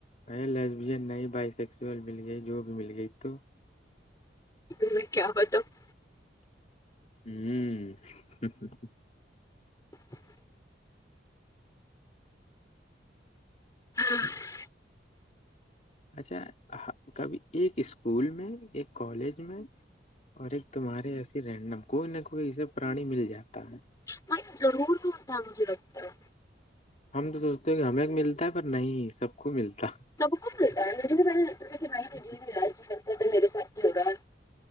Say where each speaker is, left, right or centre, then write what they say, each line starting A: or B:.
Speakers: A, on the left; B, on the left.
A: ا لیس بھی نہیں بائی سیکسل مل گئی جو بھی مل گئی تو
B: تیں کیا بتاؤ <unintelligible>
A: ہوں ہ ہ
B: <inaudible> <inaudible> ہاں <unintelligible>
A: اچھا کبھی ایک اسکول میں ایک کالج میں اور ایک تمہارے ایسے رینڈم کوئی نہ کوئی اسے پرانی مل جاتا ہے
B: بائی ضرور دورتا مجھے لگتا ہے
A: ہم تو سوچتے ہیں کہ ہمیں ملتا ہے پر نہیں سب کو ملتا
B: سب کو ملتا ہے مجھے بھی میں نے بھائی مجھے بھی ملا ا تو میرے ساتھ ہو رہا ہے